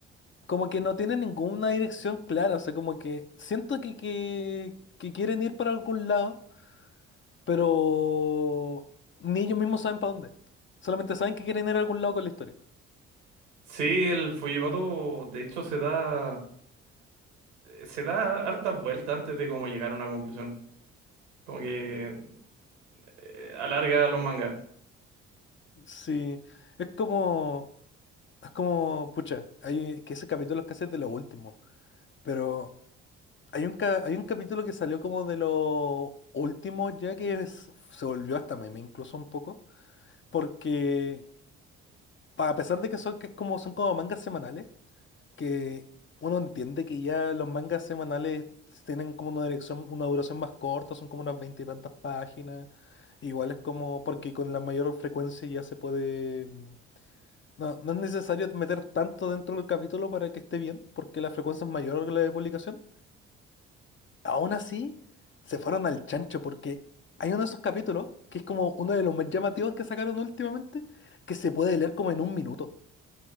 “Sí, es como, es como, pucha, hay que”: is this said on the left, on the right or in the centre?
Left